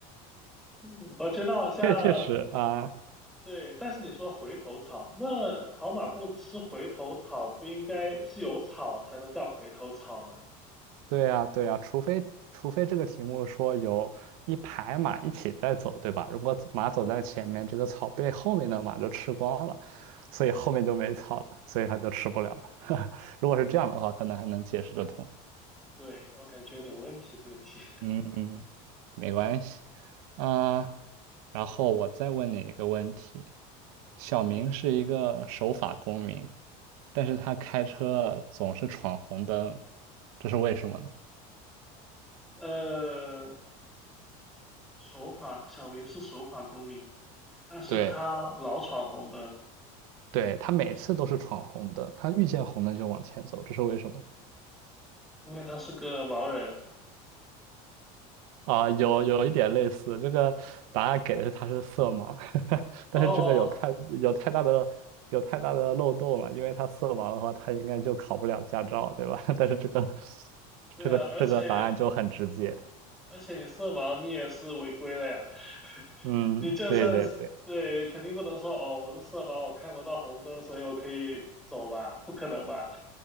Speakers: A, in the centre; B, on the right.
A: 嗯我觉得好像，
B: <laughs> 确确实啊，
A: 对，但是你说回头草，那好马不吃回头草，不应该是有草才能叫回头草吗？
B: 对呀，对呀，除非除非这个题目说有一排马一起在走，对吧？如果马走在前面，
A: 嗯
B: 这个草被后面的马就吃光了，所以后面就没草了，所以它就吃不了了。<laughs> 如果是这样的话，
A: 嗯，
B: 可能还能解释得通。
A: 对，我感觉有点问题这个题。
B: 嗯嗯，没关系。啊、然后我再问你一个问题：小明是一个守法公民，
A: <laughs> 嗯
B: 但是他开车总是闯红灯，这是为什么呢？
A: 呃，守法，小明是守法公民，但是他老闯红灯，
B: 对，对，他每次都是闯红灯，他遇见红灯就往前走，这是为什么呢？
A: 因为他是个盲人。
B: 啊，有有一点类似，这个答案给的是他是色盲，<laughs> 但是这个有太有太大的有太大的漏洞了，
A: 哦，
B: 因为他色盲的话，他应该就考不了驾照，对吧？<laughs> 但是这个
A: 对啊，
B: 这个这个答案就很直接，
A: 而且而且你色盲，你也是违规了呀。<laughs>
B: 嗯，
A: 你就算是对，
B: 对对对
A: 肯定不能说哦，我是色盲，我看不到红灯，所以我可以走吧？不可能吧？